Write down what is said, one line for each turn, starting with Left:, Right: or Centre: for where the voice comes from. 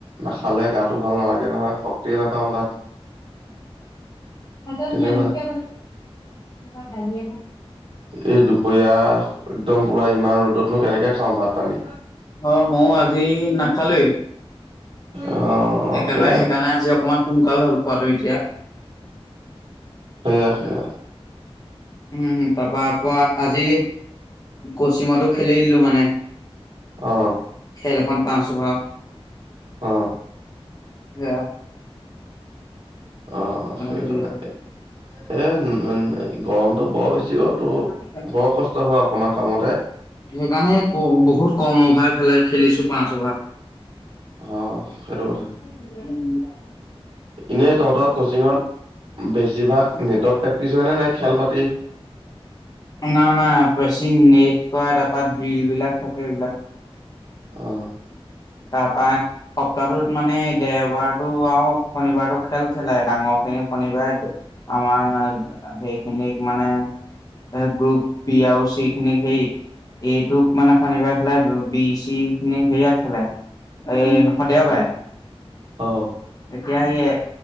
Right: নাখালে গা গা তো ভাল নালাগে নহয় শক্তিয়ে নাপাওঁ গাত।
Left: আমাৰ
Right: তেনেকুৱা
Left: নিয়ামিছ কে আছে।
Right: এই দুপৰীয়া একদম পুৰা ইমান ৰ'দতনো কেনেকে খাওঁ ভাত পানী
Left: অঁ মইও আজি ন। খালী?
Right: অ অ
Left: একেবাৰে
Right: সেয়াই
Left: সেইকাৰণে আজি অকমান সোনকাল হ'ল খোৱাটো এতিয়া।
Right: সেয়া সেয়া।
Left: উম তাৰ পৰা আকৌ আজি কচিঙতো খেলি দিলো মানে
Right: অহ
Left: খেল এখন পাঁচ অভাৰ।
Right: অ।
Left: এ
Right: অ সেইকাৰণে
Left: খেলিলো।
Right: এ উ গৰমটো বৰ বেছি অ তো
Left: সেইকাৰণে
Right: বৰ কষ্ট হয় অকমান কামতে
Left: ক বহুত কম অভাৱ। খেলাই খেলিছো পাঁচ অভাৰ।
Right: অ সেইটো
Left: উম।
Right: কথা এনেই তহঁতৰ কচিঙত বেছিভাগ নেটত প্ৰেক্টিচ হয় নে নাই খেল পা
Left: নাই না বেছি নেট কৰা তাৰপাত জল বিলাক থাকে এইবিলাক
Right: অ
Left: তাৰপা সপ্তাহটোত। মানে দেওবাৰটো আৰু শনিবাৰটো খেল খেলে। ডাঙৰ খিনি শনিবাৰে আমাৰ সেইখিনিক মানে এ গ্ৰুপ বি আৱস্যখিনি সেই এইটোক মানে শনিবাৰে খেলাই বি চি খিনি সেয়াত খেললে এই দেওবাহ
Right: অ অ
Left: এতিয়া সেয়ে,